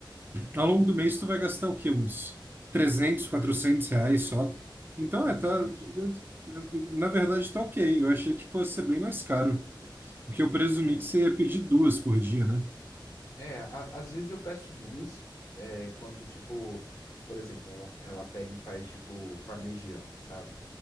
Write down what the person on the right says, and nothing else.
ao longo do mês tu vai gastar o quê? Uns 300 400 reais só. Então,
é, tá...
eu- eu- na verdade, tá ok. Eu achei que fosse ser bem mais caro. Porque eu presumi
que você ia pedir duas por dia, né?